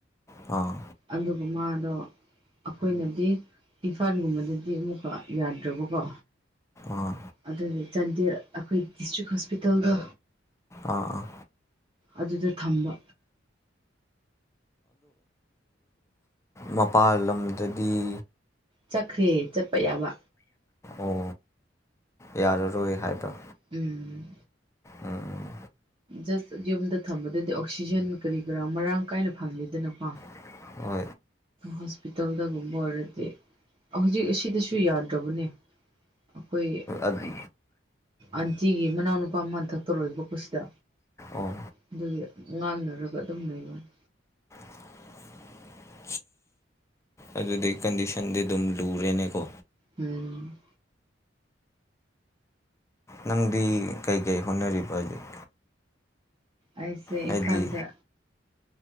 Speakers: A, on the left (about 15°); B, on the right (about 25°).
A: ꯑꯥ
B: ꯑꯗꯨꯒ ꯃꯥꯗꯣ ꯑꯩꯈꯣꯏꯅꯗꯤ ꯏꯝꯐꯥꯜꯒꯨꯝꯕꯗꯗꯤ ꯑꯃꯨꯛꯀ ꯌꯥꯗ꯭ꯔꯕꯀꯣ
A: ꯑꯥ
B: ꯑꯗꯨꯗꯤ ꯆꯥꯟꯗꯦꯜ ꯑꯩꯈꯣꯏ ꯗꯤꯁꯇ꯭ꯔꯤꯛ ꯍꯣꯁꯄꯤꯇꯥꯜꯗ
A: ꯑꯥ ꯑꯥ
B: ꯑꯗꯨꯗ ꯊꯝꯕ
A: ꯃꯄꯥꯜ ꯂꯝꯗꯗꯤ
B: ꯆꯠꯈ꯭ꯔꯦ ꯆꯠꯄ ꯌꯥꯕ
A: ꯑꯣ ꯌꯥꯔꯔꯣꯏ ꯍꯥꯏꯕ
B: ꯎꯝ
A: ꯎꯝ
B: ꯖꯁ ꯌꯨꯝꯗ ꯊꯝꯕꯗꯗꯤ ꯑꯣꯛꯁꯤꯖꯦꯟ ꯀꯔꯤ ꯀꯔꯥ ꯃꯔꯥꯡ ꯀꯥꯏꯅ ꯐꯪꯉꯦꯗꯅꯀꯣ
A: <unintelligible>
B: ꯍꯣꯁꯄꯤꯇꯥꯜꯗꯒꯨꯝꯕ ꯑꯣꯏꯔꯗꯤ ꯍꯧꯖꯤꯛ ꯑꯁꯤꯗꯁꯨ ꯌꯥꯗ꯭ꯔꯕꯅꯦ ꯑꯩꯈꯣꯏ
A: ꯑꯗꯨ
B: ꯑꯟꯇꯤꯒꯤ ꯃꯅꯥꯎꯅꯨꯄꯥ ꯑꯃ ꯗꯛꯇꯔ ꯑꯣꯏꯕꯀꯣꯁꯤꯗ
A: ꯑꯣ
B: ꯑꯗꯨꯒꯤ ꯉꯥꯡꯅꯔꯒ ꯑꯗꯨꯝ ꯂꯩꯕꯅꯤ
A: <unintelligible> ꯑꯗꯨꯗꯤ ꯀꯟꯗꯤꯁꯟꯗꯤ ꯑꯗꯨꯝ ꯂꯨꯔꯦꯅꯦꯀꯣ
B: ꯎꯝ
A: ꯅꯪꯗꯤ ꯀꯩ ꯀꯩ ꯍꯣꯠꯅꯔꯤꯕ ꯍꯧꯖꯤꯛ
B: ꯑꯩꯁꯦ
A: ꯍꯥꯏꯗꯤ
B: ꯏꯝꯐꯥꯜꯗ